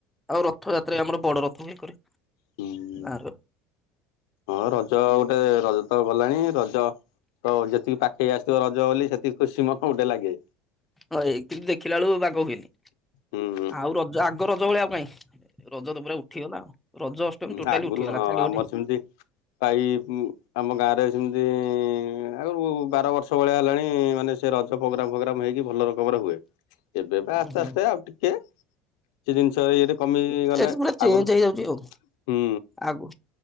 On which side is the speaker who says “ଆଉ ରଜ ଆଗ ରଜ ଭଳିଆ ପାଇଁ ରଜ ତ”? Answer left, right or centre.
Centre